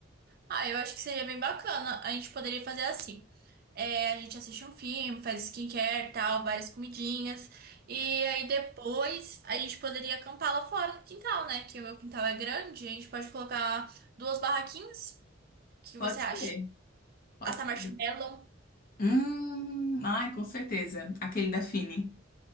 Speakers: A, on the right; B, on the left.
A: Ah, eu acho que seria bem bacana. A gente poderia fazer assim. É, a gente assiste um filme, faz skincare, tal, várias comidinhas. E aí depois a gente poderia acampar lá fora no quintal, né? Que o meu quintal é grande. A gente pode colocar duas barraquinhas. O que
B: Pode
A: você acha?
B: ser, pode
A: Assar
B: ser.
A: marshmallow.
B: Hum, ai, com certeza. Aquele da Fini.